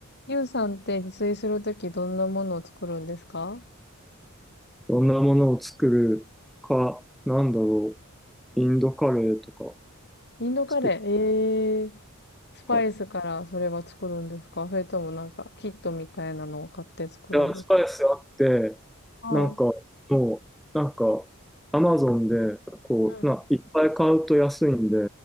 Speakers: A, on the left; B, in the centre.
A: ゆうさんって自炊するときどんなものを作るんですか
B: どんなものを作るか、なんだろう、インドカレーとか
A: インドカレー。
B: 作る
A: ええー。スパイスからそれは作るんですかそれともなんかキットみたいなのを買って作るんです
B: か。いや、スパイスあって、
A: かはい。
B: なんか、もう、なんか、アマゾンで、こう、
A: うん。
B: な、いっぱい買うと安いんで、